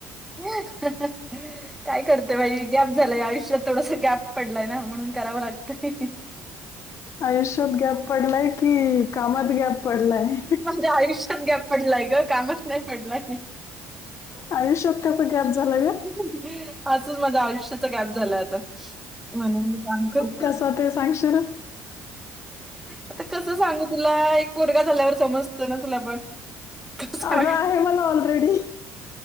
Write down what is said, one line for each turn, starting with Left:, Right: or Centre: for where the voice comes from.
Centre: <unintelligible> काय करतेय बाई गॅप झालाय आयुष्यात थोडस गॅप पडलाय ना म्हणून करावं लागतंय.
Left: आयुष्यात गॅप पडलाय की कामात गॅप पडलाय?
Centre: माझ्या आयुष्यात गॅप पडलाय ग कामच नाही पडलाय.
Left: आयुष्यात त्याच गॅप झालायं ग.
Centre: <unintelligible> माझ्या आयुष्याचा गॅप झालाय आता. म्हणून मी काम करते.
Left: कसा ते सांगशील?
Centre: आता कसं सांगू तुला एक पोरगा झाल्यावर समजतं ना तुला पण. कसं
Left: अगं
Centre: आयुष्य
Left: आहे मला ऑलरेडी.